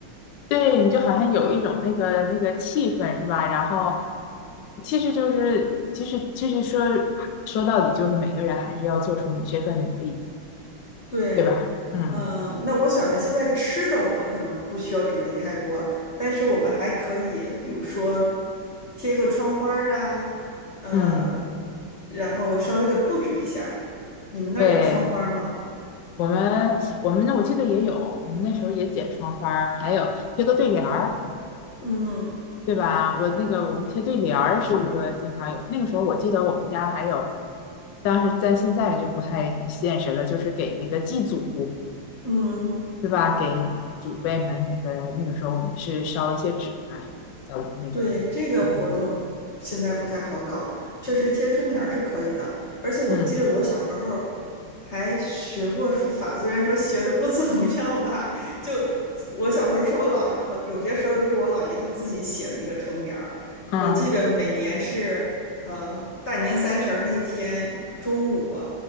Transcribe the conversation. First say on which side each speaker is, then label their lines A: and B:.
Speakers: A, on the left; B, on the left.
A: 对，你就好像有一种那个那个气氛是吧？然后其实就是其实其实说说到底就是每个人还是要做出你这份努力，
B: 对，
A: 对吧？嗯。
B: 嗯，那我想着现在吃的我们可能不需要准备太多，但是我们还可以，比如说贴个窗花儿啊，呃，
A: 嗯，
B: 然后稍微的布置一下。你们那儿有窗花吗？
A: 对，我们我们那我记得也有，我们那时候也剪窗花儿还有贴个对联儿，
B: 嗯
A: 对吧？我那个我们贴对联儿是一个经常有，那个时候我记得我们家还有，但是在现在就不太现实了，就是给那个祭祖，
B: 嗯。
A: 是吧？给祖辈们那个那个时候我们是烧一些纸啊什么的，在我们那个我们
B: 对，这个活动现在不太好搞，确实贴春联儿是可以的。而且我记得我小时候
A: 嗯
B: 还学过书法，虽然说学的不怎么样吧，就我小时候是我姥爷，好有些时候都是我姥爷他自己写那个春联儿。
A: 嗯。
B: 我记得每年是呃大年三十儿那天中午